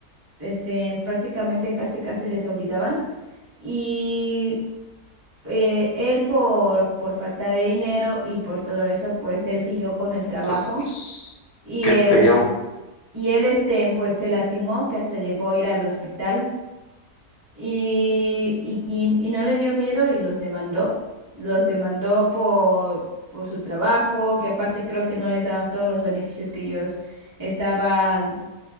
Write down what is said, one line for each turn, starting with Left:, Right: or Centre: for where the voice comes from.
Right: este, prácticamente casi casi les obligaban. Y eh, él por, por falta de dinero y por todo eso, pues él siguió con el trabajo
Left: Pues
Right: y
Left: qué
Right: él,
Left: feo.
Right: y él este, pues se lastimó que hasta llegó a ir al hospital. Y, y, y- y no le dio miedo y los demandó. Los demandó por, por su trabajo, que aparte creo que no les daban todos los beneficios que ellos estaban